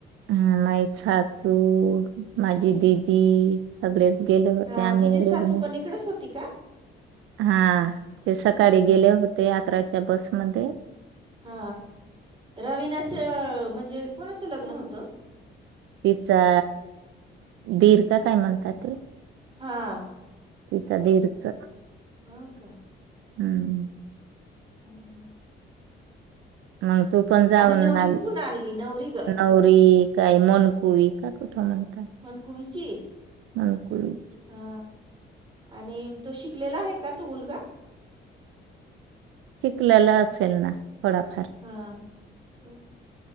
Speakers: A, on the right; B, on the right.
A: हम माई सासू माझी दिदी सगळेच गेले होते
B: हा
A: आम्ही
B: तुझी
A: एवढेच
B: सासू पण इकडेच होती का
A: हा ते सकाळी
B: हा
A: गेले होते अकराच्या बसमध्ये
B: हा रविनाच म्हणजे कोणाचं लग्न होतं
A: तिचा दीर काय म्हणतात
B: हा.
A: तिचा दिरच
B: हा का
A: हम्म.
B: हम्म.
A: मग तू पण जाऊ
B: आणि नवरी
A: ना
B: कुठून आणली नवरी ग
A: नवरी काय मनकुवी का कुठं म्हणतं
B: मन कवीची
A: हा मनकुवी
B: हा आणि तो शिकलेला आहे का तू मुलगा
A: शिकलेला असेल ना थोडाफार
B: हा स